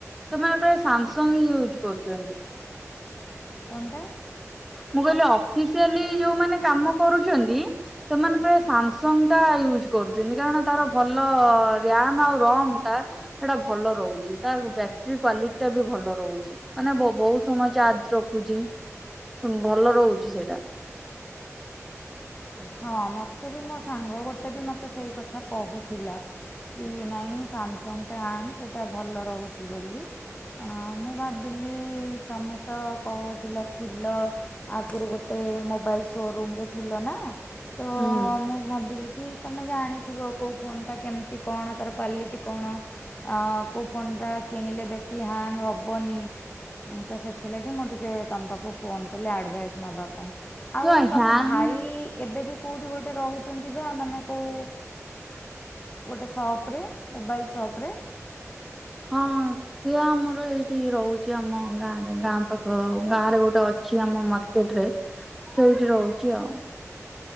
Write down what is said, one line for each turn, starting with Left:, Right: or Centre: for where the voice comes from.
Centre: ସେମାନେ ଗୋଟେ ସାମସଙ୍ଗ ହିଁ ୟୁଜ୍ କରୁଛନ୍ତି।
Left: କଣଟା?
Centre: ମୁଁ କହିଲି ଅଫିସିଆଲି ଯୋଉମାନେ କାମ କରୁଛନ୍ତି। ସେମାନେ ପ୍ରାୟ ସାମସଙ୍ଗ ଟା ୟୁଜ୍ କରୁଛନ୍ତି କାରଣ ତାର ଭଲ ରିଆମ ଆଉ ରମ ଟା ସେଟା ଭଲ ରହୁଛି ତା ବ୍ୟାଟେରୀ କ୍ଵାଲିଟି ଟା ବି ଭଲ ରହୁଛି। ମାନେ ବ-ବୋହୁତ ସମୟ ଚାର୍ଜ ରଖୁଛି। ଶୂନ ଭଲ ରହୁଛି ସେଇଟା।
Left: ହଁ ମୋତେ ବି ମୋ ସାଙ୍ଗ ଗୋଟେ ବି ମତେ ସେଇ କଥା କହୁଥିଲା। କି ନାହିଁ ସାମସଙ୍ଗଟା ଆଣି ସେଇଟା ଭଲ ରହୁଛି ବୋଲି। ମୁଁ ଭାବିଲି ତମେ ତ କହୁଥିଲ ଥିଲ ଆଗରୁ ଗୋଟେ ମୋବାଇଲ ସୋରୁମରେ ଥିଲ ନା ତ
Centre: ହୁଁ
Left: ମୁଁ ଭାବିଲି କି ତମେ ଜାଣିଥିବ କୋଉ ଫୋନ୍ ଟା କେମିତି ଟି କଣ ତାର କ୍ୱାଲିଟି କଣ? ଆ କଉ ଫୋନ୍ଟା କିଣିଲେ ବେଶୀ ହ୍ୟାଙ୍ଗ ହେବନି। ମୁଁ ତ ସେଥିଲାଗି ମୁଁ ଟିକେ ତମ ପାଖକୁ ଫୋନ୍ କଲି ଆଡ଼ଭାଇସ୍ ନେବା ପାଇଁ ଆଉ
Centre: ତ
Left: ତମ
Centre: ହ୍ୟାଙ୍ଗ
Left: ଭାଇ ଏବେ ବି କେଉଁଠି ଗୋଟେ ରହୁଛନ୍ତି ବା ମାନେ କଉ ଗୋଟେ ସପ୍ ରେ ମୋବାଇଲ୍ ସପ୍ ରେ
Centre: ହଁ। ସେ ଆମର ଏଇଠି ରହୁଛି ଆମ ଗାଁରେ ଗାଁ ପାଖ ଗାଁରେ ଗୋଟେ ଅଛି ଆମ ମାର୍କେଟ ରେ ସେଇଠି ରହୁଛି ଆଉ